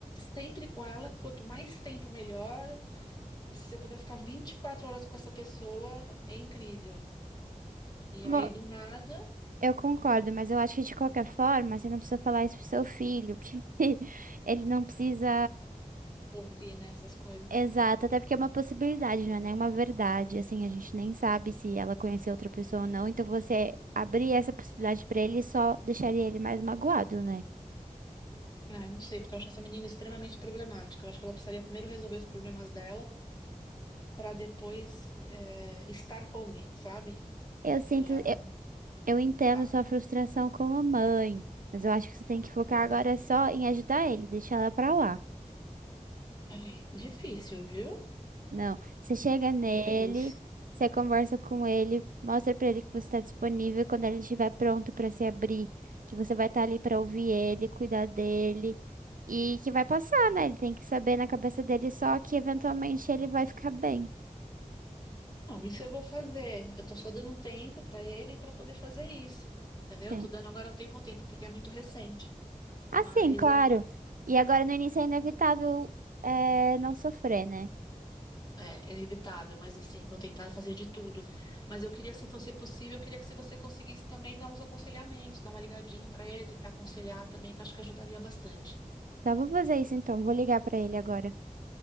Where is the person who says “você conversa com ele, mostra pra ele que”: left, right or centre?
Right